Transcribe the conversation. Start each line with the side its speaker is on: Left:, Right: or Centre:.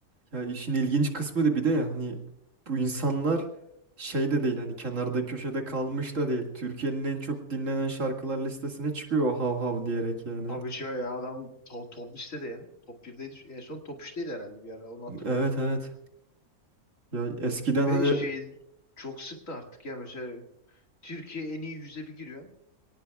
Right: Ya işin ilginç kısmı da bir de ya, hani bu insanlar şey de değil hani kenarda köşede kalmış da değil. Türkiye'nin en çok dinlenen şarkılar listesine çıkıyor o hav hav diyerek yani.
Left: Tabii ki ya adam to- top listede ya. Top birdeydi En son top 3'teydi herhalde bir ara onu hatırlıyorum.
Right: Evet evet. Ya eskiden
Left: Ve
Right: hani
Left: şey çok sıktı artık ya mesela Türkiye en iyi yüzde bir giriyorsun.